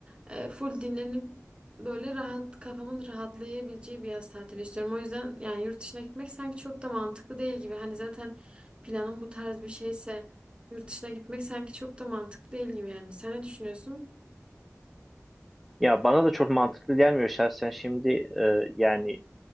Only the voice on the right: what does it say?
E, full dinlenip böyle rahat kafamın rahatlayabileceği bir yaz tatili istiyorum. O yüzden yani yurt dışına gitmek sanki çok da mantıklı değil gibi. Hani zaten planın bu tarz bir şeyse yurt dışına gitmek sanki çok da mantıklı değil gibi yani. Sen ne düşünüyorsun?